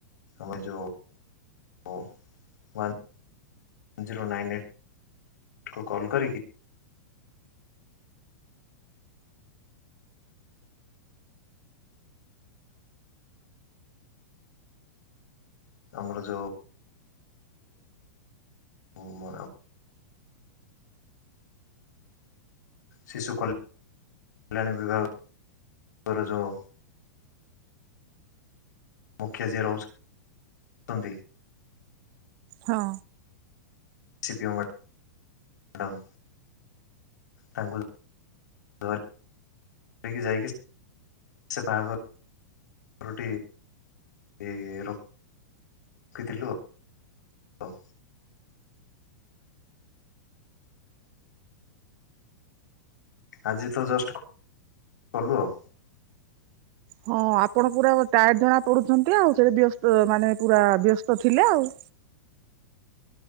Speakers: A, on the left (about 80°); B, on the right (about 35°).
A: ଆମେ ଯୋଉ। <unintelligible> ଜିରୋ ନାଇନ୍ ଏଇଟକୁ କଲ୍ କରିକି। ଆମର ଯଉ ଉ ଆ ଶିଶୁ କଲ କଲ୍ୟାଣ ବିଭାଗର ଯୋଉଁ ମୁଖ୍ୟ ଯିଏ ରହୁଛନ୍ତି।
B: ହଁ।
A: C P O madam. ତାଙ୍କୁ ଧ ଧରିକି ଯାଇକି ସେ ବାହାଘର ର ଟି ଇ ର କି ଥିଲୁ ଆଉ। ଆଜି ତ ଜଷ୍ଟ କଲୁ ଆଉ।
B: ହଁ ଆପଣ ପୁରା ବ ଟାଏଡ ଜଣାପଡୁଛନ୍ତି ଆଉ ସେ ବ୍ୟସ୍ତ ମାନେ ପୁରା ବ୍ୟସ୍ତ ଥିଲେ ଆଉ।